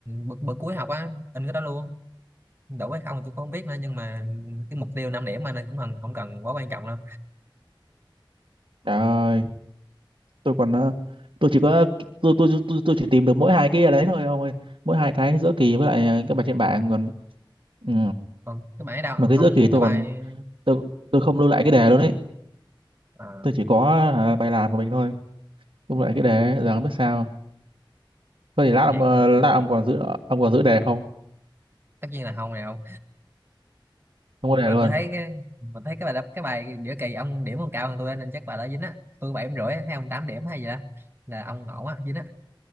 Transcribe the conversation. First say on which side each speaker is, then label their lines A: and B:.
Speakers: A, on the right; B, on the right.
A: bữa, bữa cuối học á in cái đó luôn đủ hay không tôi cũng không biết nữa nhưng mà cái mục tiêu 5 điểm mà nên cũng cần không cần quá quan trọng đâu
B: trời ơi, tôi còn ờ, tôi chỉ có tôi tôi tôi, tôi chỉ tìm được mỗi hai cái đấy thôi ông ơi. Mỗi hai cái giữa kỳ với lại ờ, cái bài trên bảng còn ừ.
A: còn cái bài đâu
B: mà
A: ông
B: cái giữa kỳ tôi
A: cái bài
B: còn tôi tôi không lưu lại cái đề luôn đấy
A: à,
B: tôi chỉ có à, bài làm của mình thôi cũng lại cái đề giờ không biết sao có thể lát ông
A: vậy
B: ờ,
A: cũng được
B: lát
A: rồi.
B: ông còn giữ ông còn giữ đề không
A: tất nhiên là không này không
B: không có
A: mà
B: đề luôn
A: tôi thấy cái mà thấy cái bài đáp cái bài giữa kỳ ông điểm còn cao hơn tôi nên chắc bài đó dính á tôi bảy điểm rưỡi á, hay ông 8 điểm hay gì đó là ông ổn á dính á